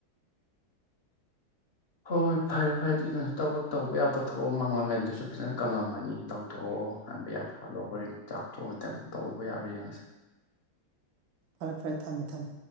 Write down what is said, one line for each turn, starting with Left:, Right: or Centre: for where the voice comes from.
Left: ꯍꯣꯏ ꯍꯣꯏ ꯐꯔꯦ ꯐꯔꯦ ꯑꯗꯨꯪ ꯊꯕꯛ ꯇꯧꯕ ꯌꯥꯕ ꯇꯧꯊꯣꯛꯑꯣ ꯃꯥꯡꯃꯥꯡꯒꯟꯗꯨꯁꯨ ꯐꯖꯅ ꯀꯪꯉꯝꯃꯅꯤ ꯇꯧꯊꯣꯛꯑꯣ ꯍꯥꯏꯕ ꯌꯥꯕꯠꯂꯣꯑꯣ ꯍꯣꯔꯦꯟ ꯆꯥꯛꯊꯣꯛꯑ ꯑꯃꯇꯪ ꯇꯧꯕ ꯌꯥꯕ꯭ꯔꯥ ꯌꯦꯡꯉꯁ
Right: ꯐꯔꯦ ꯐꯔꯦ ꯊꯝꯃꯦ ꯊꯝꯃꯦ